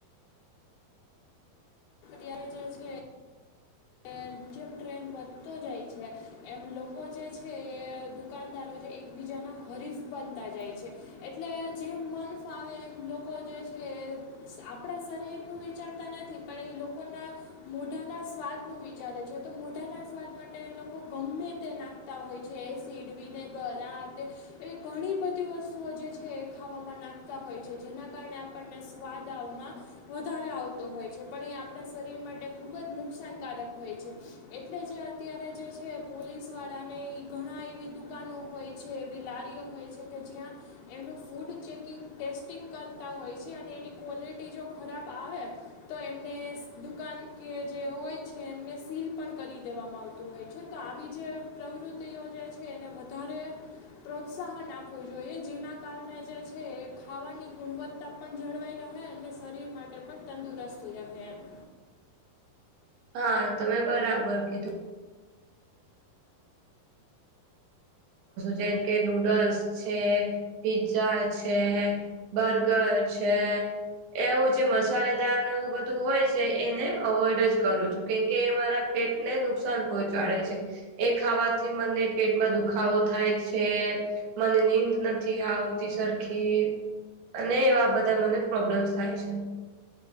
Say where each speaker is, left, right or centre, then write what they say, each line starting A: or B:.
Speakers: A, on the left; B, on the right.
A: ત્યારે જે છે એ જીમ ટ્રેન વધતો જાય છે એમ લોકો જે છે એ દુકાનદારો જે એકબીજાના હરીફ બનતા જાય છે એટલે જેમ મન ફાવે એમ લોકો જે છે એ આપડા શરીરનું વિચારતા નથી પણ ઇ લોકોના મોઢાના સ્વાદ નું વિચારે છે તો મોઢાના સ્વાદ માટે એ લોકો ગમ્મે તે નાખતા હોય છે એસ સીટવીને ગરા તે એવી ઘણી બધી વસ્તુઓ જે છે એ ખાવામાં નાખતા હોય છે, જેના કારણે આપણને સ્વાદ આવમાં વધારે આવતો હોય છે, પણ એ આપડા શરીર માટે ખુબ જ નુકસાન કારક હોય છે, એટલે જે અત્યારે જે છે પોલીસ વાળાને ઘણા એવી દુ કાનો હોય છે એવી લારીઓ હોય છે, કે જ્યાં એમનું ફૂડ ચેકિંગ ટેસ્ટિંગ કરતા હોય છે, અને એની ક્વોલિટી જો ખરાબ આવે તો એમને દુકાન કે જે હોય છે એમને સીલ પણ કરી દેવામાં આવતું હોય છે, તો આવી જે પ્રવૃત્તિઓ જે છે, એને વધારે પ્રોત્સાહન આપવું જોઈએ, જેના કારણે જે છે ખાવાની ગુણવ તા પણ જળવાઈ રહે અને શરીર માટે પણ તંદુરસ્ત રહે એમ.
B: હા, તમે બરાબર કીધું. જેમ કે નૂડલ્સ છે, પિઝા છે. બરગર છે. એવું જે મસાલેદારને એવ બધું હોય છે, એને અવોઈડ જ કરું છું, કેમકે મારા પેટને નુકસાન પહોંચાડે છે, એ ખાવાથી મને પેટમાં દુખ ખાવો થાય છે, મને નીંદ નથી આવતી સરખી. અને એવા બધા મને પ્રોબ્લેમ્સ થાય છે.